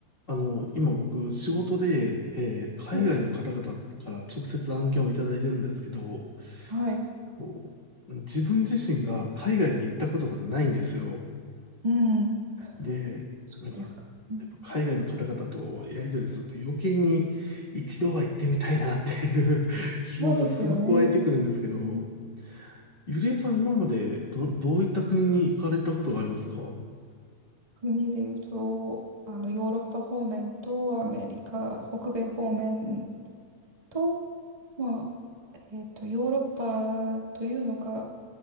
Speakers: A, on the left; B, on the right.
A: あの、今僕、仕事で、えー海外の方々から直接案件をいただいてるんですけど、
B: はい。はい。
A: こう自分自身が海外に行ったことがないんですよ。
B: うん、
A: で、
B: そうですか。
A: なんか、
B: うん
A: やっぱ海外の方々とやり取りすると余計に一度は行ってみたいなっていう <laughs> 希望がすごく湧いてくるんですけど、
B: そうですよね。うん
A: ゆりえさん今までど、どういった国に行かれたことがありますか
B: 国で言うと、あの、ヨーロッパ方面とアメリカ、北米方面と、まあ、えっと、ヨーロッパというのか、